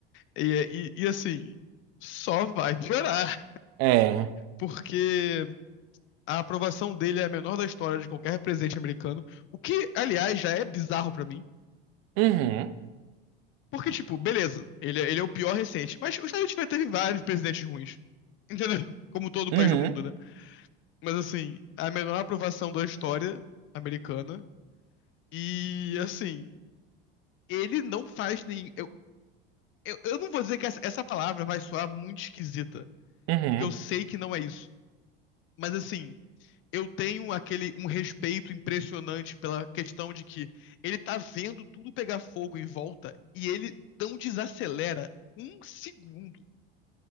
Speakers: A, on the left; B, on the right.
A: E, e, e assim, só vai piorar,
B: É.
A: porque A aprovação dele é a menor da história de qualquer presidente americano. O que, aliás, já é bizarro pra mim.
B: Uhum,
A: Porque, tipo, beleza, ele, é- ele é o pior recente. Mas os Estados Unidos já teve vários presidentes ruins. <laughs> Entendeu? Como todo país
B: uhum,
A: do mundo, né? Mas, assim, a menor aprovação da história americana. E, assim, ele não faz nem. Eu, eu, eu não vou dizer que essa, essa palavra vai soar muito esquisita.
B: uhum.
A: Porque eu sei que não é isso. Mas, assim, eu tenho aquele um respeito impressionante pela questão de que ele tá vendo tudo pegar fogo em volta e ele não desacelera um segundo.